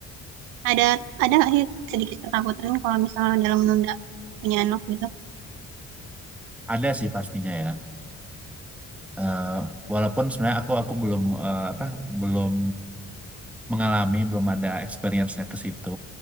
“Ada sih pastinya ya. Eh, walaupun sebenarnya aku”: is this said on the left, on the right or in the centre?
Centre